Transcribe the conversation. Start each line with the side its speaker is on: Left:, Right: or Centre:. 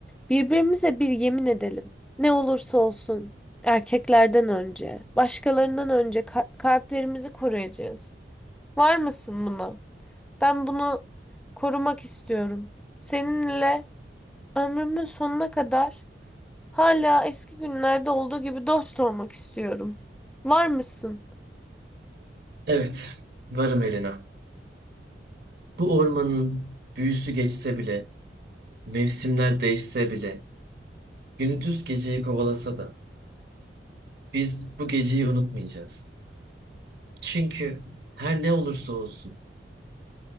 Centre: Birbirimize bir yemin edelim. Ne olursa olsun. Erkeklerden önce, başkalarından önce ka- kalplerimizi koruyacağız. Var mısın buna? Ben bunu korumak istiyorum. Seninle Ömrümün sonuna kadar hala eski günlerde olduğu gibi dost olmak istiyorum. Var mısın
Right: Evet, varım Elena. Bu ormanın büyüsü geçse bile, mevsimler değişse bile, gündüz geceyi kovalasa da biz bu geceyi unutmayacağız. Çünkü her ne olursa olsun,